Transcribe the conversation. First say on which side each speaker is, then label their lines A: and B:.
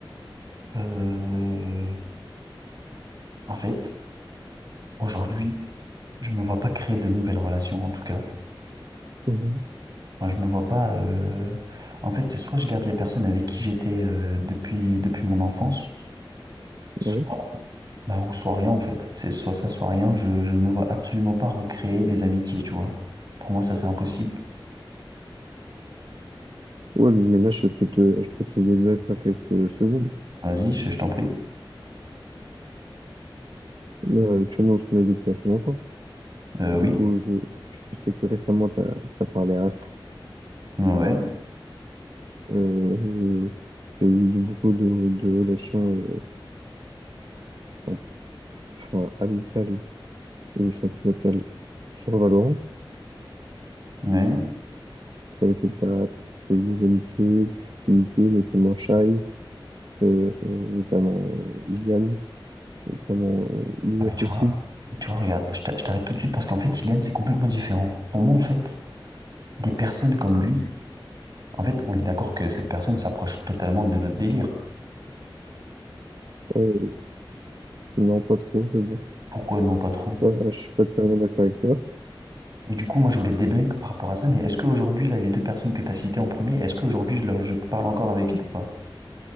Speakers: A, on the right (about 45°); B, on the right (about 65°).
A: Euh, en fait, aujourd'hui, je me vois pas créer de nouvelles relations, en tout cas.
B: Mhm.
A: Enfin, je me vois pas. euh, En fait, c'est soit je garde les personnes avec qui j'étais euh, depuis, depuis mon enfance, soit
B: Ouais.
A: bah, ou soit rien en fait. C'est soit ça, soit rien. Je, je me vois absolument pas recréer des amitiés, tu vois. Pour moi, ça c'est impossible.
B: Ouais, mais là, je peux te, je peux te débattre en quelques secondes.
A: Vas-y, je, je t'en prie.
B: Non, le Chono, on se connaît depuis assez longtemps.
A: Euh,
B: Du
A: oui.
B: coup, je, je sais que récemment, tu as, parlé à Astrée.
A: Ouais.
B: Euh, tu as eu de- beaucoup de, de relations euh, en- enfin, amicales et sentimentales sur Valorant,
A: Ouais.
B: sur lesquelles tu as, eu des amitiés, des affinités, notamment Shai, euh, euh, notamment euh, Iliane, notamment Ilias
A: Ah, Mais tu
B: aussi.
A: vois, tu vois, regarde, je t'a- je t'arrête tout de suite parce qu'en fait, Ilian, c'est complètement différent. Pour moi, en fait, des personnes comme lui, en fait, on est d'accord que cette personne s'approche totalement de notre délire.
B: Euh, non, pas trop, mais bon,
A: Pourquoi non, pas trop?
B: je suis pas, je suis pas tellement d'accord avec toi.
A: Et du coup, moi, je voulais te débunk par rapport à ça, mais est-ce qu'aujourd'hui, là, les deux personnes que tu as citées en premier, est-ce qu'aujourd'hui, je, leur- je parle encore avec elles ou pas?